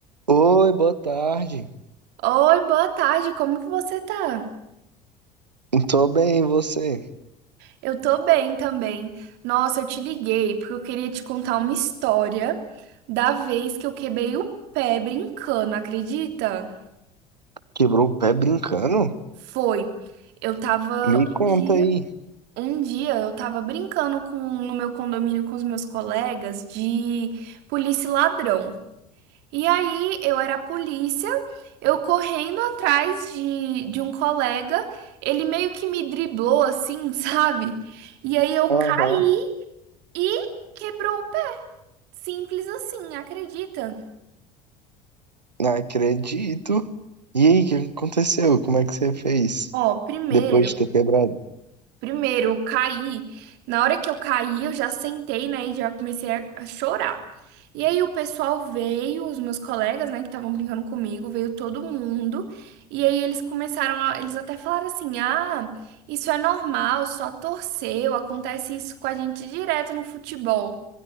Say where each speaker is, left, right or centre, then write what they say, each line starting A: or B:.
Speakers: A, on the right; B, on the right.
A: Oi, boa tarde.
B: Oi, boa tarde, como que você tá?
A: Tô bem, e você?
B: Eu tô bem também. Nossa, eu te liguei porque eu queria te contar uma história da vez que eu quebrei o pé brincando, acredita?
A: Quebrou o pé brincando?
B: Foi. Eu tava
A: Me conta
B: um dia,
A: aí.
B: um dia eu tava brincando com no meu condomínio com os meus colegas de polícia e ladrão. E aí, eu era a polícia, eu correndo atrás de, de um colega, ele meio que me driblou assim, <laughs> sabe? E aí eu
A: Aham,
B: caí e quebrou o pé. Simples assim, acredita?
A: acredito. E aí, o que aconteceu? Como é que você fez
B: Ó, primeiro.
A: depois de ter quebrado?
B: Primeiro, eu caí. Na hora que eu caí, eu já sentei, né? E já comecei a a chorar. E aí o pessoal veio, os meus colegas, né, que estavam brincando comigo, veio todo mundo. E aí eles começaram a, eles até falaram assim: "Ah, isso é normal, só torceu, acontece isso com a gente direto no futebol".